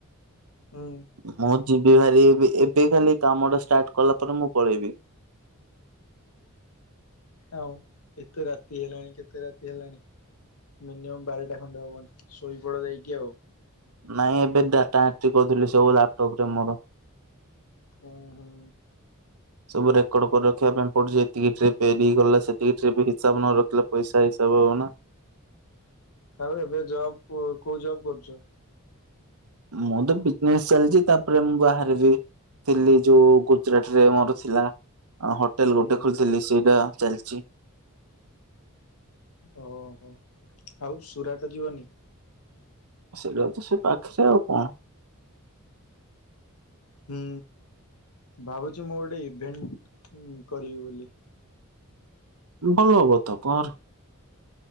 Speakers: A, on the left (about 85°); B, on the right (about 80°).
A: ହୁଁ।
B: ମୁଁ ଯିବି ଭାରି ବି ଏବେ ଖାଲି କାମ ଟା ଷ୍ଟାର୍ଟ କଲା ପରେ ମୁଁ ପଳେଇବି। <inaudible>
A: ଆଉ ଏତେ ରାତି ହେଲାଣି କେତେ ରାତି ହେଲାଣି? ମିନିମମ୍ ବାରଟା ଖଣ୍ଡେ ହବଣି ଶୋଇପଡ ଯାଇକି ଆଉ।
B: ନାଇଁ ଏବେ ଡ଼ାଟାଏଟ୍ରି କରୁଥିଲି ସବୁ ଲାପ୍ଟପ୍ ରେ ମୋର।
A: ଉଁ ହୁଁ।
B: ସବୁ ରେକର୍ଡ କରି ରଖିବା ପାଇଁ ପୁଛି ଯେତିକି ଟ୍ରିପ ଫେରିଇଗଲା ସେତିକି ଟ୍ରିପ୍ ହିସାବ ନ ରଖିଲା ପଇସା ହିସବ ହବ ନା।
A: ଆଉ ଏବେ ଜବ୍ କୋ କୋଉ ଜବ୍ କରୁଚ?
B: ମୁଁ ତ ବିଜନେସ ଚାଲିଚି ତାପରେ ମୁଁ ବାହାରେ ରୁହେ। ଥିଲି ଯୋଉ ଗୁଜୁରାଟ ରେ ମୋର ଥିଲା ହୋଟେଲ
A: ହୁଁ
B: ଗୋଟେ ଖୋଲିଥିଲି ସେଇଟା ଚାଲିଚି।
A: ଓହୋ ଆଉ ସୁରାଟ ଯିବନି?
B: ସେଇଟା ହୋଉଚି ସେ ପାଖରେ ଆଉ କଣ?
A: ହୁଁ ଭାବୁଚି ମୁଁ ଗୋଟେ ଇଭେଣ୍ଟ କରିବି ବୋଲି।
B: ଭଲ ହବ ତ କର